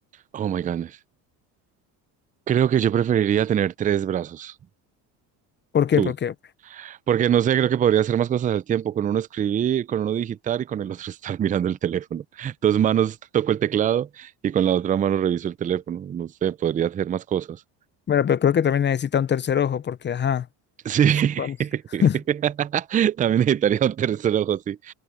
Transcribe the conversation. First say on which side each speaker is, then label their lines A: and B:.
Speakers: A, on the right; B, on the left.
A: Oh my goodness. Creo que yo preferiría tener tres brazos.
B: ¿Por qué?
A: Tú.
B: Porque
A: Porque no sé, creo que podría hacer más cosas al tiempo. Con uno escribir, con uno digitar y con el otro <laughs> estar mirando el teléfono. Dos manos toco el teclado y con la otra mano reviso el teléfono. No sé, podría hacer más cosas.
B: Bueno, pero creo que también necesita un tercer ojo porque, ajá.
A: Sí. <laughs>
B: Bueno, <laughs>
A: También necesitaría un tercer ojo, sí.